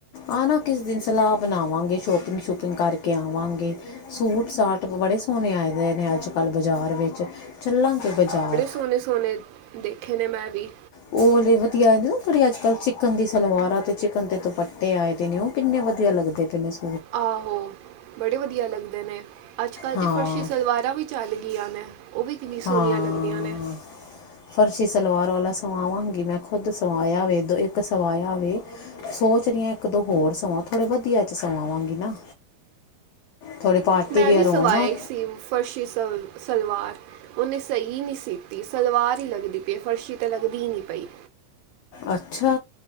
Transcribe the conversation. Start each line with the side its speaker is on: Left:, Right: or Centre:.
Left: ਆਨਾ ਕਿਸੇ ਦਿਨ ਸਲਾਹ ਬਣਾਵਾਂਗੇ ਸ਼ੋਪਿੰਗ-ਸ਼ੂਪਿੰਗ ਕਰਕੇ ਆਵਾਂਗੇ। ਸੂਟ-ਸਾਟ ਬੜੇ ਸੋਹਣੇ ਆਂਏ ਦੇ ਨੇ ਅੱਜ- ਕੱਲ੍ਹ ਬਜ਼ਾਰ ਵਿੱਚ ਚੱਲਾਂਗੇ ਬਜ਼ਾਰ।
Right: ਸੋਣੇੇ-ਸੋਣੇ ਦੇਖੇ ਨੇ ਮੈਂ ਵੀ।
Left: ਉਹ ਵਲੇ ਵਧੀਆ ਆਏ ਦੇ ਨਾ ਜਿਹੜੇ ਅੱਜ-ਕੱਲ ਚਿਕਨ ਦੀ ਸਲਵਾਰਾਂ ਅਤੇ ਚਿਕਨ ਦੇ ਦੁਪੱਟੇ ਆਏ ਦੇ ਨੇ ਉਹ ਕਿੰਨੇ ਵਧੀਆ ਲੱਗਦੇ। ਕਿੰਨੇ ਸ
Right: ਆਹੋ ਬੜੇ ਵਧੀਆ ਲੱਗਦੇ ਨੇ। ਅੱਜ ਕੱਲ
Left: ਹਾਂ
Right: ਤਾਂ ਫਰਸ਼ੀ ਸਲਵਾਰਾਂ ਵੀ ਚੱਲ ਗਈਆਂ ਨੇ ਉਹ ਵੀ ਕਿੰਨੀਆਂ
Left: ਹਾਂ
Right: ਸੋਹਣੀਆਂ ਲੱਗਦੀਆਂ ਨੇ।
Left: ਫਰਸ਼ੀ ਸਲਵਾਰ ਵਾਲਾ ਸਵਾਵਾਂਗੀ ਮੈਂ ਖੁਦ ਸਵਾਇਆ ਵੈ ਦੋ ਇੱਕ ਸਵਾਇਆ ਵੈ। ਸੋਚ ਰਹੀ ਹ ਇੱਕ, ਦੋ ਹੋਰ ਸਵਾ ਥੋੜੇ ਵਧੀਆ ਚ ਸਵਾਵਾਂਗੀ ਨਾ। ਥੋੜ੍ਹੇ ਪਾਰਟੀ
Right: ਮੈਂ
Left: ਵੀਅਰ
Right: ਵੀ ਸਵਾਇਆ
Left: ਹੋਣ ਨਾ
Right: ਹੀ ਸੀ ਫਰਸ਼ੀ ਸਲ ਸਲਵਾਰ। ਉਹਨੇ ਸਹੀ ਨੀ ਸੀਤੀ ਸਲਵਾਰ ਹੀ ਲੱਗਦੀ ਪਈ ਫਰਸ਼ੀ ਤਾ ਲੱਗਦੀ ਨੀ ਪਈ।
Left: ਅੱਛਾ